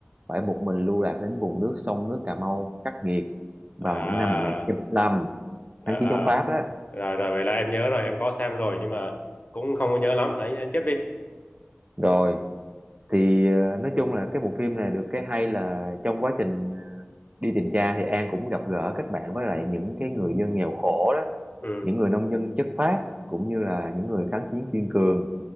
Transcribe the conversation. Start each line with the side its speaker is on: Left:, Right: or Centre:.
Right: phải một mình lưu lạc đến vùng nước sông nước Cà Mau khắc nghiệt vào
Left: à,
Right: những năm 1945,
Left: à,
Right: kháng
Left: à.
Right: chiến chống Pháp á.
Left: rồi rồi vậy là em nhớ rồi em có xem rồi nhưng mà cũng không có nhớ lắm anh, anh tiếp đi
Right: Rồi, thì ờ, nói chung là cái bộ phim này được cái hay là trong quá trình ờ, đi tìm cha thì An cũng gặp gỡ kết bạn với lại những cái người dân nghèo khổ đó
Left: ừ
Right: những người nông dân chất phác cũng như là những người kháng chiến kiên cường